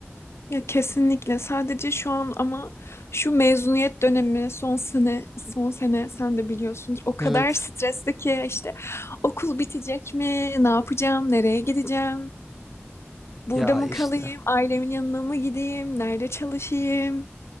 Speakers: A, on the left; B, in the centre.
A: Ya kesinlikle. Sadece şu an ama şu mezuniyet dönemi son sene, son sene sen de biliyorsundur. O kadar
B: Evet.
A: stresli ki işte okul bitecek mi? Ne yapacağım? Nereye gideceğim? Burada
B: Ya
A: mı
B: işte.
A: kalayım? Ailemin yanına mı gideyim? Nerede çalışayım?